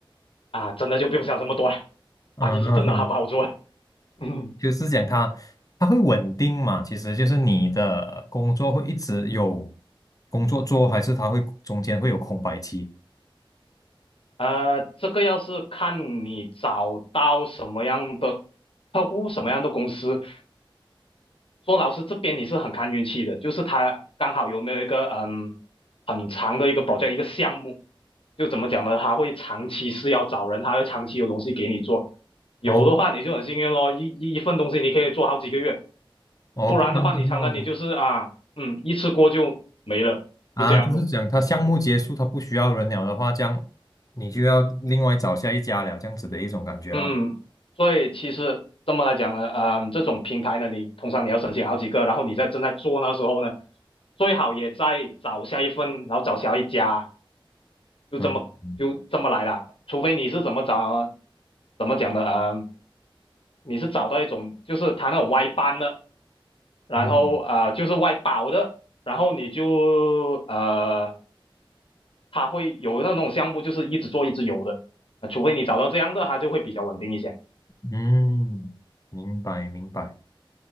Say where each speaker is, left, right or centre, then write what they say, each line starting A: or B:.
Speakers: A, on the left; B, on the left.
A: 啊，真的就不用想这么多了，
B: 嗯，
A: 巴基是真的好不好做，
B: <laughs>
A: <laughs> 嗯，
B: 就是讲它，它会稳定嘛？其实就是你的工作会一直有工作做，还是它会中间会有空白期？
A: 呃，这个要是看你找到什么样的客户，什么样的公司。说老师这边你是很看运气的，就是他刚好有那一个嗯很长的一个保 r 一个项目，就怎么讲呢？他会长期是要找人，他要长期有东西给你做。有的话你就很幸运咯，
B: 哦
A: 一一一份东西你可以做好几个月，
B: 哦，
A: 不然的话你常常你就是啊嗯一次过就
B: 不然的话啊，
A: 就这样咯，
B: 就是讲它项目结束，
A: 嗯
B: 它不需要人了的话，这样你就要另外找下一家了，这样子的一种感觉咯。
A: 嗯，所以其实这么来讲呢，嗯这种平台呢，你通常你要申请好几个，然后你在正在做那时候呢。最好也再找下一份，然后找下一家，就这么就这么来了，
B: 嗯
A: 除非你是怎么找，怎么讲的啊、呃你是找到一种就是他那种外班的，然后啊、
B: 嗯
A: 呃就是外包的，然后你就呃他会有那种项目就是一直做一直有的，呃除非你找到这样的，他就会比较稳定一些。
B: 嗯，嗯明白明白。